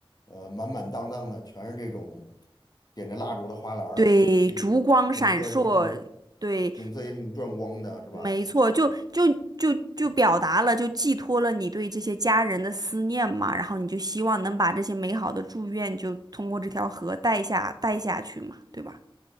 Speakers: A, on the left; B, on the right.
A: 呃，满满当当的全是这种点着蜡烛的花篮儿，
B: 对，
A: 这个景色也挺
B: 烛光闪烁，对，
A: 景色也挺壮观的，是吧？
B: 没错，就就就就表达了，就寄托了你对这些家人的思念嘛，然后你就希望能把这些美好的祝愿，就通过这条河带下带下去嘛，对吧？